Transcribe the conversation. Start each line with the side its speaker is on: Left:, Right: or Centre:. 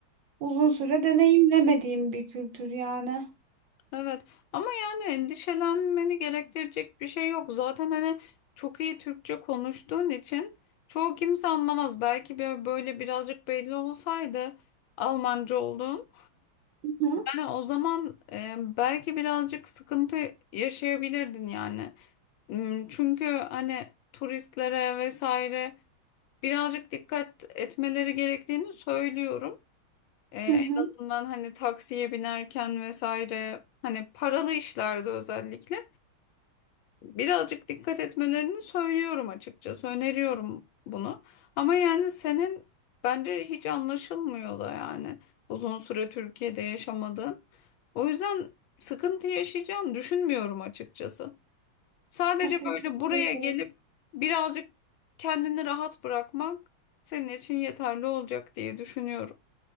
Right: uzun süre deneyimlemediğim bir kültür yani.
Left: Evet ama yani endişelenmeni gerektirecek bir şey yok. Zaten hani çok iyi Türkçe konuştuğun için çoğu kimse anlamaz. Belki bir- böyle birazcık belli olsaydı Almanca olduğun.
Right: Hı hı.
Left: Yani o zaman e, belki birazcık sıkıntı yaşayabilirdin yani. Hmm, Çünkü hani turistlere vesaire birazcık dikkat etmeleri gerektiğini söylüyorum. E, en
Right: hı
Left: azından hani taksiye binerken vesaire hani paralı işlerde özellikle. birazcık dikkat etmelerini söylüyorum açıkçası. Öneriyorum bunu. Ama yani senin bence hiç anlaşılmıyor da yani uzun süre Türkiye'de yaşamadığın. O yüzden sıkıntı yaşayacağını düşünmüyorum açıkçası. Sadece
Right: Ya, Teşekkür
Left: böyle buraya
Right: ederim.
Left: gelip birazcık kendini rahat bırakmak senin için yeterli olacak diye düşünüyorum.